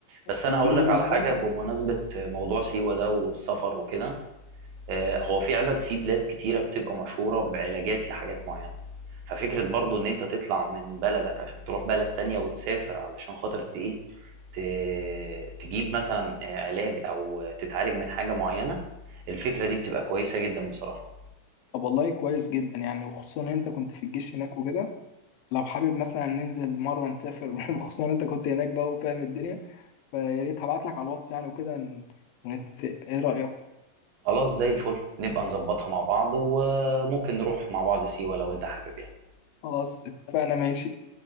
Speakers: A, on the right; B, on the left.
A: بس انا
B: بيقول
A: هقول
B: لي
A: لك
B: انزل
A: على
B: جيم
A: حاجه بمناسبه موضوع سيوه ده والسفر وكده آه، هو فعلا في بلاد كتيره بتبقى مشهوره بعلاجات لحاجات معينه ففكره برضو ان انت تطلع من بلدك عشان تروح بلد تانية وتسافر علشان خاطر ت- ايه ت- تجيب مثلا آه، علاج او تتعالج من حاجه معينه الفكره دي بتبقى كويسه جدا بصراحه
B: طب والله كويس جدا يعني وخصوصا إن انت كنت في الجيش هناك وكده لو حابب مثلا ننزل مره نسافر <laughs> وخصوصا إن انت كنت هناك بقى وفاهم الدنيا فيا ريت هبعت لك على الواتس يعني وكده ن- ونتفق ايه رايك
A: خلاص زي الفل نبقى نظبطها مع بعض وممكن نروح مع بعض سيوه لو انت حابب يعني
B: خلاص اتفقنا ماشي